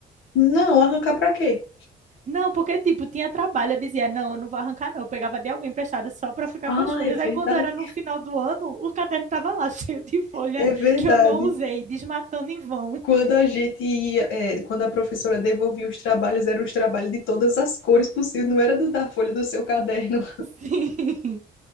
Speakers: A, on the left; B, on the right.
A: Não, arrancar para quê?
B: Não, porque, tipo, tinha trabalho, eu dizia, não, eu não vou arrancar, não. Eu pegava de alguém emprestado só para ficar
A: Ah,
B: com as folhas.
A: é verdade.
B: Aí, quando era no final do ano, o caderno tava lá <laughs> cheio de folha
A: É verdade.
B: que eu não usei, desmatando em vão.
A: Quando a gente ia, é, quando a professora devolvia os trabalhos, eram os trabalhos de todas as cores possíveis, não era do da folha do seu caderno.
B: <laughs> Sim.